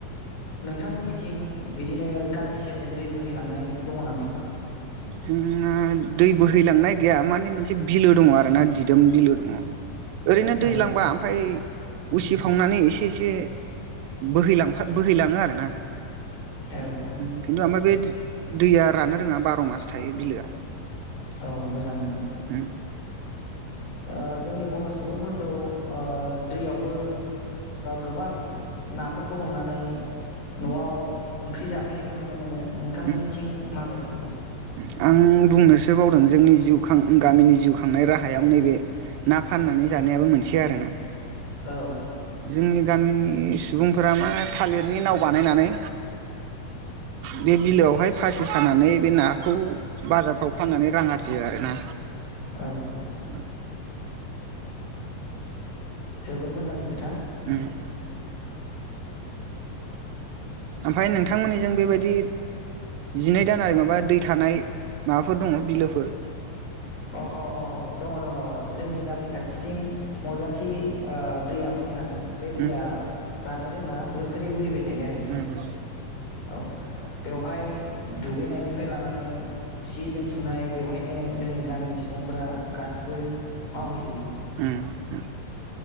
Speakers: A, on the left; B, on the right.
A: नोंथांमोननिथिं बिदिनो गामि सेरजों दै बोहैलांनाय दङ नामा?
B: जोंना दै बोहैलांनाय गैया माने मोनसे बिलो दंङ आरोना दिदोम बिलो दंङ। ओरैनो दैज्लांबा
A: औ
B: ओमफाय उसिफावनानै इसे इसे बोहैलांफा बोहैलाङो आरोना ।
A: औ औ
B: उम किन्तु ओमफाय बे द-दैया राननो रोङा बार' मास। थायो बिलोआ
A: औ मोजां मोजां
B: उम
A: ओ जोंनि बर सुबुंफोरखौओ दैयावबो गोबां नाफोरखौ हमनानै नआव ओंख्रि जाफैनायखौ नुनो मोनो
B: <inaudible>
A: नोंथांमोननिथिं माबादि?
B: आं बुंनोसो बावदों जोंनि जिउ खां गामिनि जिउ खांनाय राहायाव नैबे ना फाननानै जानायाबो मोनसे आरोना
A: औ
B: जोंनि गामिनि नि सुबुंफोरा मा थालिरनि नाव बानायनानै बे बिलोआवहाय फासि सानानै बे ना बेखौ बाजारफ्राव फाननानै रां आरजियो आरो ना।
A: औ
B: उम
A: जोबोद मोजांनि खो
B: उम ओमफाय नोंथांमोननिजों बेबायदि जिनै जानाय माबा दै थानाय माबाफोर दङ बिलोफोर?
A: अ अ अ दङ दङ जोंनि गामि खाथिथिं मजाथि ओ दैया बोहैलाङो । बे दैया
B: उम
A: राननो रोङा बोसोर जि बोहैबाय थायो आरो
B: उम
A: औ बेवहाय दुगैनायनिफ्राय लानानै सि जोम सुनाय बेवहायनो जोंनि गामिनि सुबुंफोरा गासिबो मावहैजोबो।
B: उम